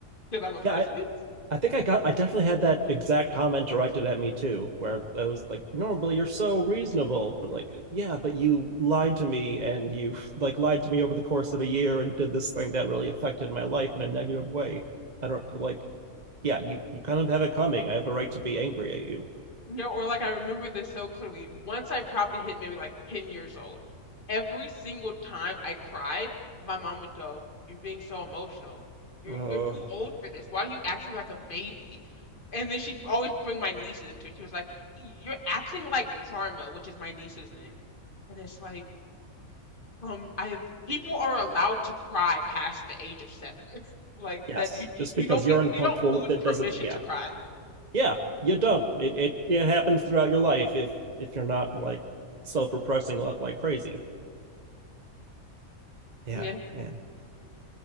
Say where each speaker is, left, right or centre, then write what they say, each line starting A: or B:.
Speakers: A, on the left (about 35°); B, on the right (about 30°).
A: that I'm a person.
B: yeah. I, I think I got I definitely had that exact comment directed at me too, where I was like, normally you're so reasonable, but like, yeah, but you lied to me and you <laughs> like lied to me over the course of a year and did this thing that really affected my life in a negative way. I don't like, yeah, you you kind of have it coming. I have a right to be angry at you.
A: You know, or like I remember this so clearly. Once I probably hit maybe like 10 years old, every single time I cried, my mom would go, "You're being so emotional. You're
B: Uh
A: you're too old for this. Why are you acting like a baby?" And then she'd always bring my nieces into it. She was like, "You're acting like Karma, which is my niece's name." And it's like, um, I people are allowed to cry past the age of seven. <laughs> Like
B: yes.
A: that you you,
B: Just
A: you
B: because
A: don't
B: you're
A: get
B: uncomfortable
A: you don't lose
B: with it
A: permission
B: doesn't yeah.
A: to cry.
B: Yeah, you don't. It it it happens throughout your life if if you're not like self-repressing like crazy. Yeah,
A: Yeah.
B: man.